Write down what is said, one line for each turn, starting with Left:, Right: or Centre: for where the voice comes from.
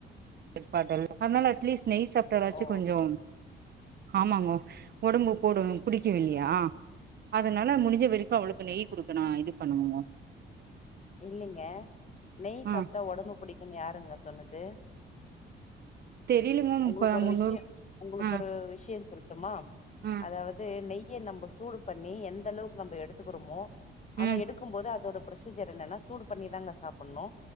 Right: <unintelligible> அதனால அட்லீஸ்ட் நெய் சாப்பிட்டாலாச்சு
Left: ஓ
Right: கொஞ்சோ ஆமாங்க உடம்பு போடு குடிக்கவில்லையா அதனால முடிஞ்ச இப்ப இருக்க அவளுக்கு நெய் குடுக் இப்ப நா இது பண்ணுவோ
Left: இல்லிங்க நெய் சாப்ட்டா
Right: ஆ
Left: ஒடம்பு புடிக்குனு யாருங்க சொன்னது
Right: தெரிலங்க
Left: உங்களுக்கு
Right: இப்ப
Left: ஒரு
Right: முன்னூறு
Left: விஷயோ உங்களுக்கு
Right: ஆ
Left: ஒரு விஷயோ சொல்ல மா
Right: ஆ
Left: அதாவது நெய் நம்ம சூடு பண்ணி எந்த அளவுக்கு நம்ம எடுத்துக்கிறோமோ ஆனா
Right: ம்
Left: எடுக்கும் போது அதோட ப்ரசில் ஜர் என்னன்னா சூடு பண்ணிதாங்க சாப்புட்ணு